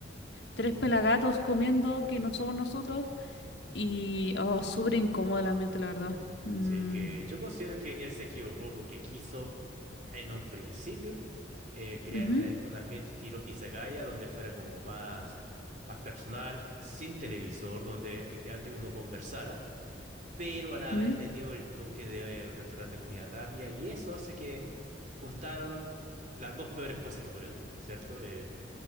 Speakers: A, on the left; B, on the right.
A: tres pelagatos comiendo que no somos nosotros. Y, oh, súper incómodo el ambiente, la verdad. Mm,
B: Sí, es que yo considero que él se equivocó porque quiso en un principio eh, crear
A: ujú,
B: un, eh, un ambiente estilo izakaya donde fuera como más, más personal, sin televisor, donde efectivamente uno conversara, pero a la
A: ujú.
B: vez le dio el toque de un restaurante de comida rápida y eso hace que juntaron las dos peores cosas que pudieron haber, ¿cierto? Eh,